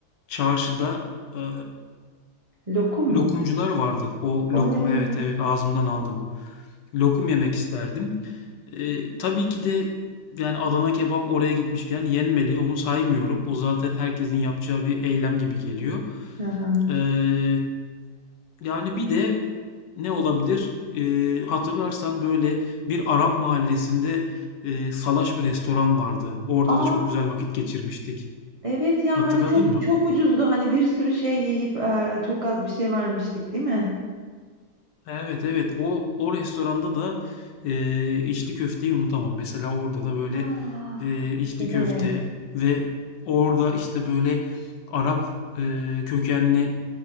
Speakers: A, on the left; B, on the right.
A: çarşıda eee,
B: Lokum
A: lokumcular
B: mu?
A: vardı. O lokum
B: Oley!
A: evet evet ağzımdan aldın. Lokum yemek isterdim. Eee, tabii ki de yani Adana kebap oraya gitmişken yenmeli. Onu saymıyorum. O zaten herkesin yapacağı bir eylem gibi geliyor.
B: Hı hı.
A: Eee, yani bir de ne olabilir? Eee, hatırlarsan böyle bir Arap mahallesinde e, salaş bir restoran vardı. Orada
B: A!
A: da çok güzel vakit geçirmiştik.
B: Evet ya
A: Hatırladın
B: hani çok
A: mı?
B: çok ucuzdu hani bir sürü şey yiyip eee, çok az bir şey vermiştik değil mi?
A: Evet evet o o restoranda da e, içli köfteyi unutamam. Mesela orada da böyle
B: Ah,
A: e, içli
B: Evet.
A: köfte ve orada işte böyle Arap e, kökenli